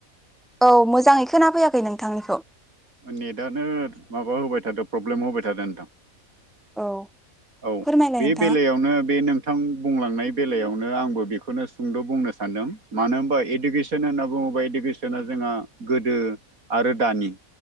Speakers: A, in the centre; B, on the right.
A: औ मोजाङै खोना फैयाखै नोंथांनिखौ।
B: नेटानो माबा होबाय थादों प्रब्लेम होबाय थादों नोंथां।
A: औ
B: औ
A: फोरमायलाय
B: बे
A: नोंथाङा
B: बेलायावनो बे नों थां बुंलांनाय बेलायावनो आंबो बेखौनो सुंद' बुंनो सानदों मानो होनबा इडुकेसन होनना बुङोबा इदुकेसना जोंहा गोदो आरो दानि